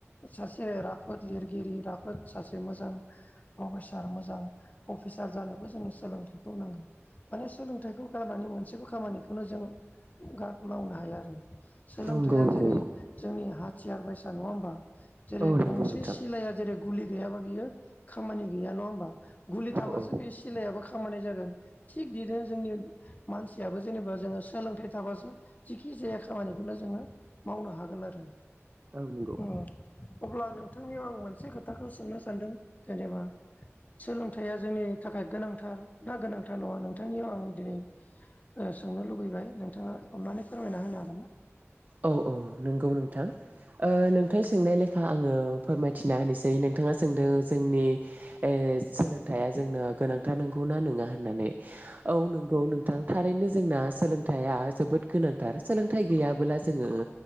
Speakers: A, on the left; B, on the right.
A: सासे राफोद लिरगिरि राफोद सासे मोजां प्रफेसार मोजां अफिस सार जानोबो जोङो सोलोंथाइखौ नांगोन माने सोलोंथाइखौ गारनानै मोनसेबो खामानिखौनो जों गार मावनो हाया आरो सोलों
B: औ
A: थाया
B: नंगौ नंगौ
A: जेरै
B: नंगौ
A: जोंनि हाथियार बायसा नङा होमबा? जेरै
B: औ नंगौ
A: गंसे
B: नोंथां
A: सिलाया जेरै गुलि गैयाबा बियो खामानि गैया नङा होमबा? गुलि
B: औ
A: थाबासो
B: औ
A: बि सिलायाबो खामानि जागोन थिग दिनो जोंनि मानसियाबो जेनेबा जोङो सोलोंथाइ थाबासो जेखि जाया खामानिखौनो जोङो मावनो हागोन आरो
B: औ नंगौ
A: उम। अब्ला नोंथांनियाव आं मोनसे खोथाखौ सोंनो सानदों जेनेबा सोलोंथाइया जोंनि थाखाय गोनांथार ना गोनांथार नङा नोंथांनियाव आं दिनै सोंनो लुबैबाय नोंथाङा अननानै फोरमायना होनो हागोन ना?
B: औ औ नोंगौ नोंथां। ओ नोंथां सोंनाय लेखा आङो फोरमायथिना होनोसै नोंथाङा सोंदों जोंनि ए सोलोंथाया जोंनो गोनांथार नोंगौ ना नङा होननानै औ नोंगौ नोंथां थारैनो जोंना सोलोंथाइया जोबोद गोनांथार सोलोंथाइ गैयाबोला जोङो